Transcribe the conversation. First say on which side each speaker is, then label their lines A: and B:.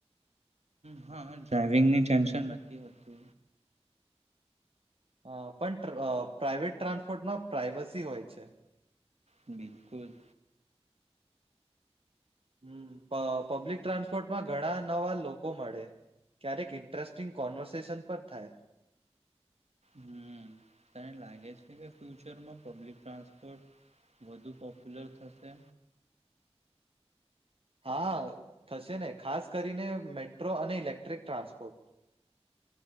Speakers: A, on the right; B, on the right.
A: હ હા ડ્રાઈવિંગ ની ટેન્શન નથી હોતુ.
B: હ પણ પ્રાઇવેટ ટ્રાન્સપોર્ટમાં પ્રાાઈવસી હોય છે.
A: બિલકુલ
B: હમ પબ્લિક ટ્રાન્સપોર્ટમાં ઘણા નવા લોકો મળે ક્યારેક ઇન્ટરેસ્ટિંગ કોન્વર્સેશન પણ થાય.
A: હમ તને લાગે છે કે ફ્યુચરમાં પબ્લિક ટ્રાન્સપોર્ટ વધુ પોપ્યુલર થશે.
B: હા થશે ને ખાસ કરીને મેટ્રો અને ઇલેક્ટ્રિક ટ્રાન્સપોર્ટ